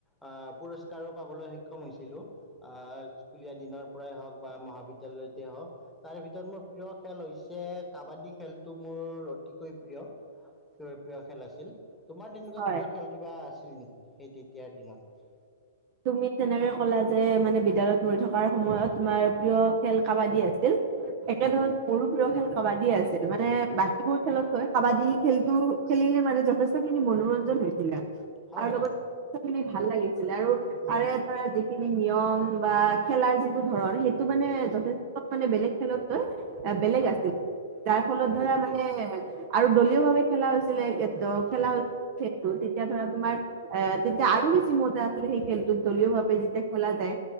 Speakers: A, in the centre; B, on the right (about 35°).
A: আহ পুৰস্কাৰো পাবলৈ সক্ষম হৈছিলোঁ, স্কুলীয়া দিনৰ পৰাই হওঁক বা মহাবিদ্যালয়তে হওঁক তাৰে ভিতৰত মোৰ প্ৰিয় খেলতো হৈছে কাবাডী খেলটো মোৰ অতিকৈ প্ৰিয় প্ৰিয় খেল আছিল, তোমাৰ তেনেকুৱা
B: হয়
A: প্ৰিয় খেল কিবা আছিল নেকি সেই তেতিয়াৰ দিনত?
B: তুমি তেনেকে ক'লা যে মানে বিদ্যালয়ত পঢ়ি থকাৰ সময়ত তোমাৰ প্ৰিয় খেল কাবাডী আছিল, একে
A: উম,
B: ধৰণে মোৰো প্ৰিয় খেল কাবাডী আছিল, মানে বাকীবোৰ খেলতকৈ কাবাডী খেলতো খেলিলে মানে যথেষ্ট খিনি মনোৰঞ্জন হৈছিলে।
A: হয়
B: আৰু
A: হয়
B: লগতিনি ভাল লাগিছিলে আৰু
A: উম
B: তাৰে ধৰা নিয়ম বা খেলাৰ যিটো ধৰণ সেইটো মানে
A: উম
B: যথেষ্ট
A: উম
B: মানে বেলেগ খেলত কৈ বেলেগ
A: হয়
B: আছিল,
A: হয়
B: তাৰ ফলত
A: ঠিকেই
B: ধৰা
A: ঠিকেই
B: মানে আৰু দলীয় ভাৱে খেলা হৈছিলে খেলা
A: উম
B: ত তেতিয়া ধৰা তোমাৰ অ' তেতিয়া আৰু বেছি মজা আছিলে সেই খেল দলীয় ভাৱে যেতিয়া খেলা যায়,